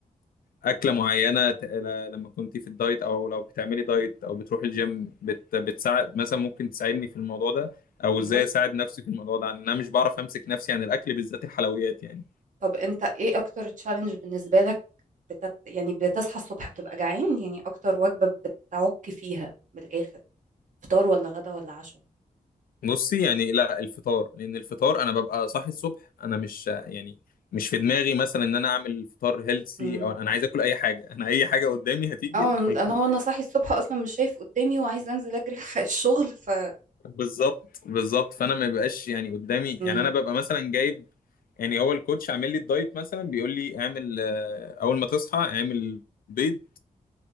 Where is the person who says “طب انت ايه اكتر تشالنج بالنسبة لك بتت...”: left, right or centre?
Right